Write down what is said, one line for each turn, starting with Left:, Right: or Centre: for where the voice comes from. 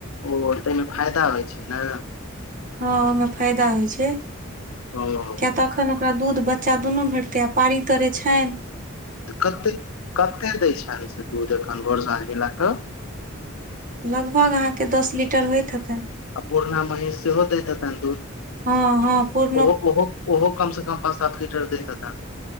Left: ओ ताहिमे फायदा होइ छै ने
Right: हँ ओए मे फायदा होइ छै
Left: हँ
Right: किया एखन ओकरा दूध बच्चा दुनू भेटतै आ पाड़ी तरे छैन
Left: तऽ कतै कतै दै छैन से दूध एखन भर साँझ मिला कऽ
Right: लगभग अहाँके दस लीटर होइत हतै
Left: आ पुरना महीस सेहो दैत हेतैन दूध
Right: हँ हँ पू
Left: ओहो ओहो ओहो कम से कम पाँच सात लीटर दैत हेतेन